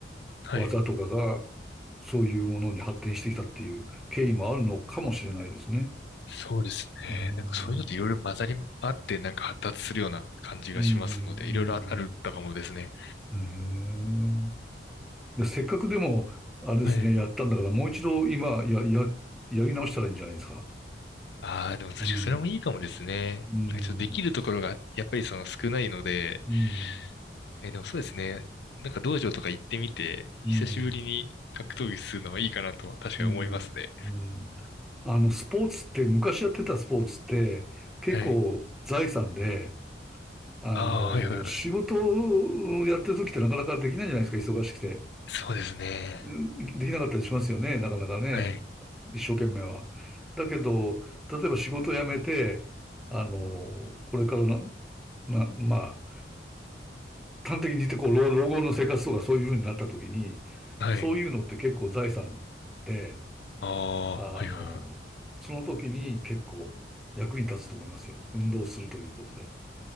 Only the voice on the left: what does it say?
はい。
そうですね。
なんかそういうのっていろいろ混ざり合って、なんか発達するような感じがしますので、
いろいろああるったかもですね。
はい。
ああ、でも確かにそれもいいかもですね。
なんかちょっとできるところがやっぱりその少ないので、
確かにでもそうですね。なんか道場とか行ってみて、
久しぶりに格闘技するのはいいかなとは確かに思いますね。
はい。
ああ、はいはいはい。
そうですね。
はい。
はい。
ああ、
はいはいはい。